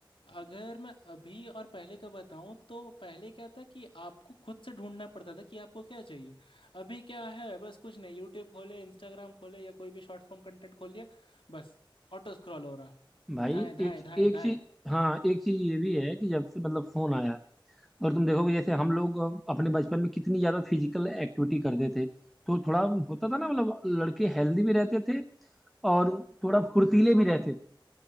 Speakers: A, on the left; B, in the centre.
A: अगर मैं अभी और पहले का बताऊं तो पहले क्या था कि आपको खुद से ढूंढना पड़ता था कि आपको क्या चाहिए अभी क्या है बस कुछ नहीं यूट्यूब खोले इंस्टाग्राम खोले या कोई भी शॉर्ट फॉर्म कंटेंट खोल लिया बस ऑटो स्क्रॉल हो रहा
B: भाई
A: धाएं धाएं
B: एक
A: धाएं
B: एक
A: धाएं
B: चीज हाँ एक चीज ये भी है कि जब से मतलब फोन आया है और तुम देखोगे जैसे हम लोग अपने बचपन में कितनी ज्यादा फिजिकल एक्टिविटी करते थे तो थोड़ा होता था ना मतलब लड़के हेल्दी भी रहते थे और थोड़ा फुर्तीले भी रहते थे